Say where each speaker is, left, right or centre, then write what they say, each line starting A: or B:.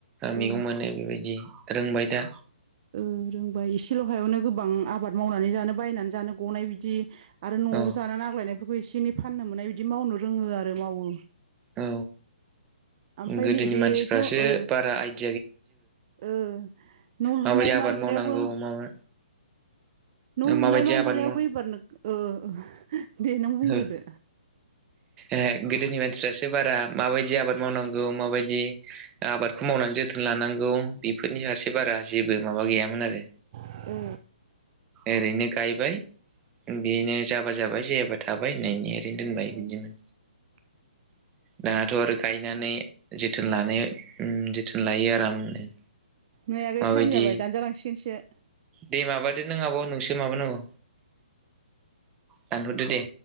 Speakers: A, on the right; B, on the right.
A: औ
B: मैगं मोनो बेबायदि रोंबाय दा।
A: ओं रोंबाय एसेल' हायावनो गोबां आबाद मावनानै जानो बायनानै जानो गनाय बिदि। आरो न'आव
B: औ
A: जानानै आग्लायनायफोरखौ एसे एनै फाननो मोननाय बिदि मावनो रोंङो आरो मावो।
B: औ
A: ओमफ्राय
B: गोदोनि
A: नैबेथ'
B: मानसिफ्रासो
A: ओ
B: बारा आइदिया।
A: ओ न'
B: माबायदि
A: लुनाय
B: आबाद
A: मा लुनायावबो।
B: मावनांगौ माबा
A: न' लुनाय
B: माबायदि
A: मा
B: आबाद
A: लुनायावबो एबारनो ओ। दे नों बुंग्रोदो
B: ओ ए गै-। गोदोनि मानसिफ्रासो बारा माबायदि आबाद मावनांगौ माबायदि आबादखौ मावनानै जोथोन लानांगौ। बेफोरनि फारसे बारा जेबो माबा गैयामोन आरो
A: ओ
B: ओरैनो गायबाय। बेनो जाबा जाबाय जायाबा थाबाय होननानै ओरैनो दोनबाय
A: ओ ओ
B: बिदिमोन।
A: <inaudible>
B: दानाथ आरो गायनानै जोथोन लानो जोथोन लायो आरामनो।
A: नै आगै
B: माबायदि
A: टाइम जाबाय दानजालांसिगोनसो।
B: दे माबादो नों आब' नोंसो माबानांगौ दानहरदो दे।